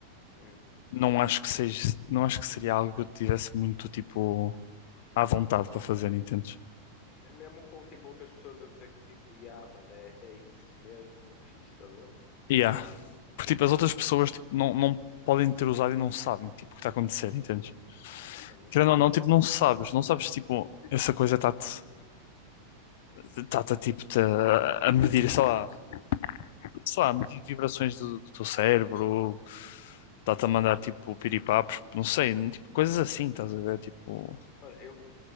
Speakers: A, on the left (about 35°); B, on the left (about 50°).
A: Hum.
B: Não acho que seja, não acho que seria algo que eu tivesse muito, tipo, à vontade para fazer, entendes?
A: Mesmo com, tipo, outras pessoas a dizer que, tipo, yeah, mano, é, é isso mesmo, fixe, estás a ver?
B: Yeah. Porque, tipo, as outras pessoas, tipo, não, não podem ter usado e não sabem, tipo, o que está a acontecer,
A: Hum,
B: entendes?
A: Mano, exatamente
B: Querendo ou não, tipo, não
A: isso.
B: sabes, não sabes, tipo, essa coisa está-te, está-te, a, tipo, te a medir, sei lá, sei lá, a medir vibrações do, do teu cérebro, está-te a mandar, tipo, piripapos, não sei, tipo, coisas assim, estás a ver, tipo,
A: Mano, eu,